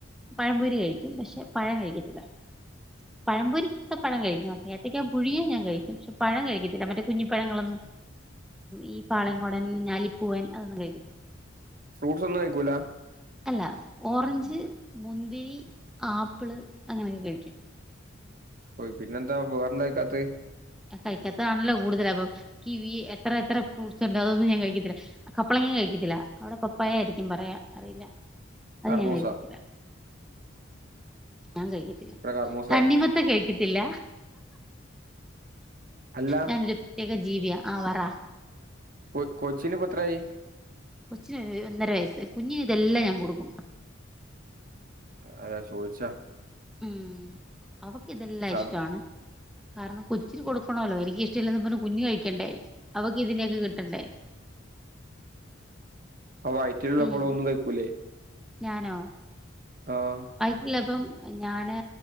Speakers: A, in the centre; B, on the right.
A: പഴപൊരി കഴിക്കും പക്ഷെ പഴം കഴിക്കത്തില്ല പഴംപൊരിക്കകത്തെ പഴം കഴിക്കും ഏത്തക്ക പുഴിങ്ങിയ ഞാൻ കഴിക്കും പക്ഷെ പഴം കഴിക്കത്തില്ല മറ്റേ കുഞ്ഞിപ്പഴങ്ങളൊന്നും ഈ പാളേംകോടൻ ഞാലിപ്പൂവൻ അതൊന്നും കഴിക്കത്തി
B: ഫ്രൂട്ട്സ്‌ ഒന്നും കഴിക്കൂലാ
A: അല്ല ഓറഞ്ച് മുന്തിരി ആപ്പിള് അങ്ങനെയൊക്കെ കഴിക്കും
B: പൊയ് പിന്നെന്താ വേറെന്ത കഴിക്കാത്തെ
A: അ കഴിക്കാത്തതാണല്ലോ കൂടുതല് അപ്പം കിവി എത്ര എത്ര ഫ്രൂട്ട്സ് ഉണ്ട് അതൊന്നും ഞാൻ കഴിക്കത്തില്ല കപ്ലങ്ങ കഴിക്കത്തില്ല അവിടെ പപ്പായയായിരിക്കും പറയാ അറിയില്ല അത്
B: കർമൂസ.
A: ഞാൻ കഴിക്കത്തില്ല ഞാൻ കഴിക്കും
B: ഇവിടെ കർമൂസ
A: തണ്ണിമത്തൻ
B: പറയും.
A: കഴിക്കത്തില്ല
B: അല്ല
A: ഞാനൊരു പ്രത്യേക ജീവിയാ ആഹ് പറ
B: കൊ കൊച്ചിനിപ്പൊ എത്രയായി
A: കൊച്ചിന് ഒരു ഒന്നര വയസ്സ് കുഞ്ഞിന് ഇതെല്ലാം ഞാൻ കൊടുക്കും
B: അല്ലാ ചോദിച്ച
A: ഉം അവക്ക് ഇതെല്ലാം
B: സാധ
A: ഇഷ്ടവാണ് കാരണം കൊച്ചിന് കൊടുക്കണല്ലോ എനിക്ക്ഷ്ടില്ല എന്നും പറഞ്ഞ് കുഞ്ഞ് കഴി ക്കണ്ടേ അവക്ക് ഇതിനെയൊക്കെ കിട്ടണ്ടേ
B: അപ്പ വൈറ്റിലുള്ളപ്പളോ
A: ഉം
B: ഒന്നും കഴിക്കൂലേ
A: ഞാനോ
B: ആഹ്.
A: വയറ്റിലുള്ളപ്പം ഞാന്